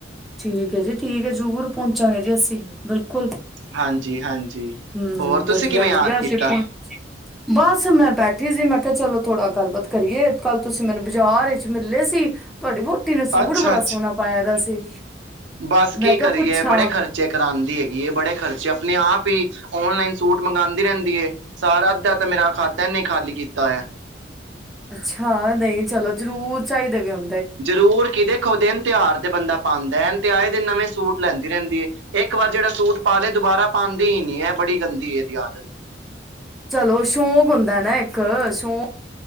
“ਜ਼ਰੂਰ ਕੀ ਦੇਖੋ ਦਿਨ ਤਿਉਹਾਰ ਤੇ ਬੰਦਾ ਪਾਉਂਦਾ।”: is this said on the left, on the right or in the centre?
Right